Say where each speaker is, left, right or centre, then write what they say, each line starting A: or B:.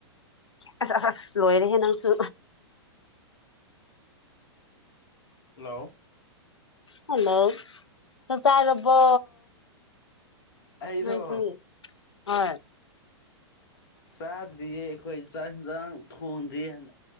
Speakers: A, on the left; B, on the left.
A: ꯑꯁ ꯑꯁ ꯑꯁ ꯂꯣꯏꯔꯦꯍꯦ ꯅꯪꯁꯨ
B: ꯍꯜꯂꯣ
A: ꯍꯜꯂꯣ ꯆꯥꯛ ꯆꯥꯔꯕꯣ
B: ꯑꯩꯔꯣ
A: ꯅꯣꯏꯗꯤ ꯍꯣꯏ
B: ꯆꯥꯗ꯭ꯔꯤꯌꯦ ꯑꯩꯈꯣꯏ ꯆꯥꯛ ꯍꯤꯟꯖꯥꯡ ꯊꯣꯡꯗ꯭ꯔꯤꯌꯦ ꯍꯟꯗꯛ